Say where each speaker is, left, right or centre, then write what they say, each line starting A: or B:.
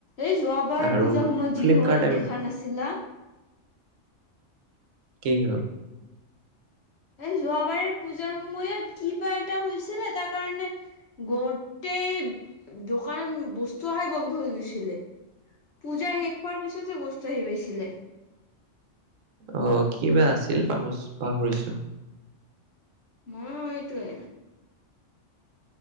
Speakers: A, on the left; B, on the right.
A: এই যোৱাবাৰ
B: আৰু
A: পূজা সময়ত
B: ফ্লিপকাৰ্ট
A: যি হল
B: এম
A: দেখা নাছিলা
B: কি হ'ল
A: এই যোৱাবাৰে পূজাৰ সময়ত কিবা এটা হৈছিলে তাৰ কাৰণে গতেই দোকানত বস্তু অহাই বন্ধ হৈ গৈছিলে পূজা শেষ পোৱাৰ পিছতে বস্তু আহি পাইছিলে
B: অঁ কিবা আছিল পাহো পাহৰিছো
A: মই এইটোৱে